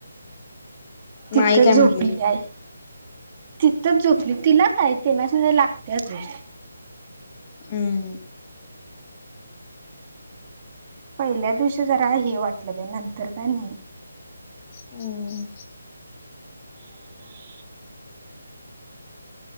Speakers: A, on the right (about 35°); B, on the left (about 35°).
A: तिथं
B: माई काय
A: झोपलेली
B: म्हटली
A: आहे. तिथंच झोपली तिला काय तिला सगळे लागत्या झोप.
B: ऊ.
A: पहिल्या दिवशी जरा हे वाटलं बाई नंतर काय नाही.
B: <inaudible> हूं!
A: <inaudible>